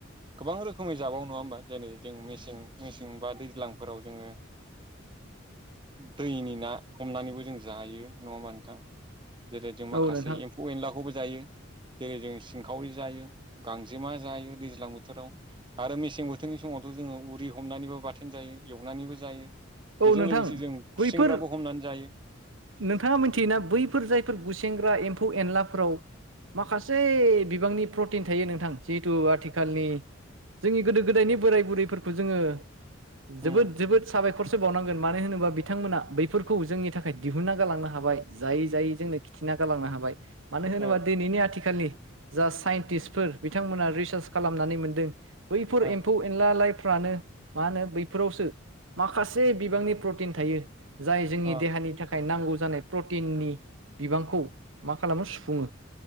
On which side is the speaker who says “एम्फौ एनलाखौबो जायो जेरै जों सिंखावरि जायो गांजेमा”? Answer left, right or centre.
Right